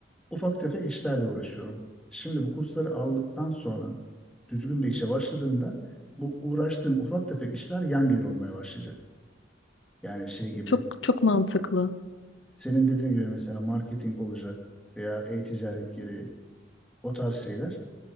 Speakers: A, in the centre; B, on the left.
A: ufak tefek işlerle uğraşıyorum. Şimdi bu kursları aldıktan sonra düzgün bir işe başladığımda bu uğraştığım ufak tefek işler yan gelir olmaya başlayacak. Yani şey gibi
B: Çok çok mantıklı.
A: senin dediğin gibi mesela marketing olacak veya e-ticaret gibi o tarz şeyler.